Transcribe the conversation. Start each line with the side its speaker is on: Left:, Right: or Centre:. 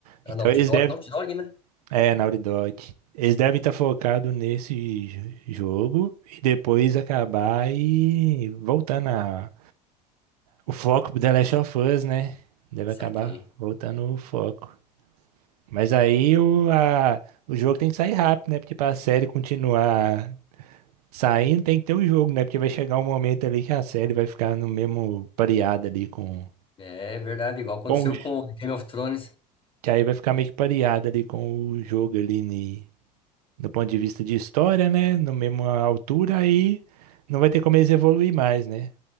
Right: Então
Left: A Naughty
Right: eles
Left: Dog,
Right: devem.
Left: é Naughty Dog, né?
Right: É, Naughty Dog. Eles devem estar focados nesse j- jogo e depois acabar e voltando a, o foco pro The Last of Us, né? Deve
Left: Saquei.
Right: acabar voltando o foco. Mas aí o, a- o jogo tem que sair rápido, né? Porque para a série continuar saindo, tem que ter o jogo, né? Porque vai chegar um momento ali que a série vai ficar no mesmo pareada ali com,
Left: É verdade, igual aconteceu
Right: com o, j-
Left: com Game of Thrones,
Right: que aí vai ficar meio que pareada ali com o jogo ali ni- do ponto de vista de história, né? Na mesma altura, aí não vai ter como eles evoluir mais, né?